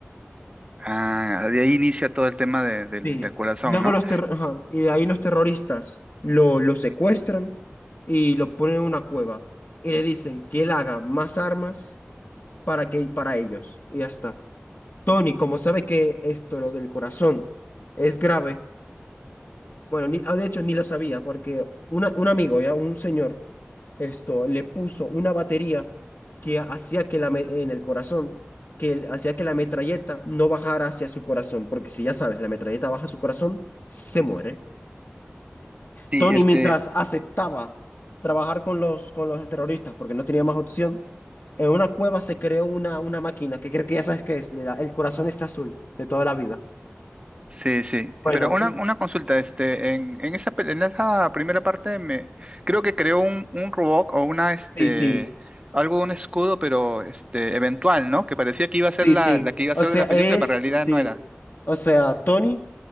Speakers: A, on the right; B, on the left.
A: Ah, de ahí inicia todo el tema de- del
B: Sí.
A: del corazón,
B: Luego
A: ¿no?
B: los terro- ajá, y de ahí los terroristas lo, lo secuestran y lo ponen en una cueva. Y le dicen que él haga más armas para que para ellos. Y ya está. Tony, como sabe que esto, lo del corazón, es grave, Bueno, ni- ah, de hecho ni lo sabía, porque una- un amigo, ya, un señor, esto, le puso una batería que hacía que la, me- en el corazón, que el- hacía que la metralleta no bajara hacia su corazón, porque si ya sabes, la metralleta baja a su corazón, se muere.
A: Sí,
B: Tony,
A: este,
B: mientras aceptaba trabajar con los, con los terroristas, porque no tenía más opción, en una cueva se creó una, una máquina, que creo que ya sabes qué es, le da, el corazón está azul de toda la vida.
A: Sí, sí.
B: Bueno,
A: Pero una,
B: eh,
A: una consulta, este, en, en esa, pe- en esa primera parte me creo que creó un, un Roboc o una este
B: sí, sí.
A: algo, un escudo, pero este, eventual, ¿no? Que parecía que
B: Sí,
A: iba a ser la,
B: sí.
A: la que iba
B: O
A: a ser
B: sea,
A: de la
B: es,
A: película, pero en realidad
B: sí.
A: no era.
B: O sea, Tony